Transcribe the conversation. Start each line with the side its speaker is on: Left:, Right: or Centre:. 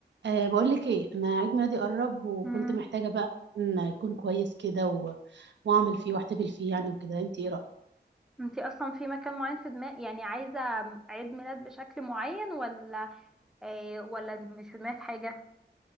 Right: أه بقول لك ايه انا عيد ميلادي قرب وكنت
Centre: امم
Right: محتاجه بقى ان يكون كويس كده و... واعمل فيه واحتفل فيه يعني وكده انت ايه رايك
Centre: انتي اصلا في مكان معين في دماغ يعني عايزه عيد ميلاد بشكل معين ولا ايه ولا مش في دماغك حاجه